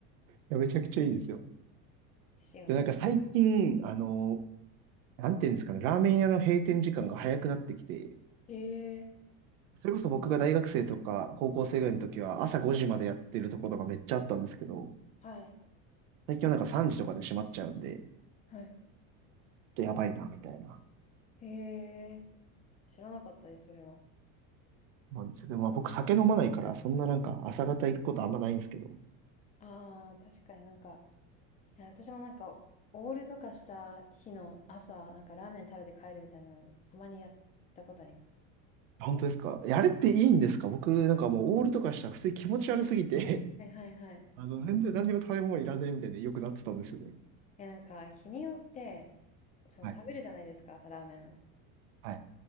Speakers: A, on the right (about 80°); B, on the left (about 20°).
A: やめちゃくちゃいいですよ。
B: ですよね。
A: で、なんか最近、あの、なんていうんですかね、ラーメン屋の閉店時間が早くなってきて、
B: ええ
A: それこそ僕が大学生とか高校生ぐらいの時は朝5時までやってるところがめっちゃあったんですけど、
B: はい。
A: 最近はなんか3時とかで閉まっちゃうんで、ちょ
B: はい。
A: っとやばいな、みたいな。
B: へえ知らなかったです、それは。
A: 思んですよ。でもまあ僕酒飲まないから、そんななんか朝方行くことあんまないんですけど、
B: ああ、確かになんか、いや、私もなんか、オールとかした日の朝、なんかラーメン食べて帰るみたいなの、たまにやったことあります。
A: 本当ですかえあれっていいんですか僕なんかもうオールとかしたら普通に気持ち悪すぎて
B: はいはいはい。
A: <laughs> あの、全然何にも食べ物いらねえみたいでよくなってたんですよね。
B: え、なんか、日によって、その食べるじゃないですか、
A: はい、
B: 朝ラーメン。
A: はい。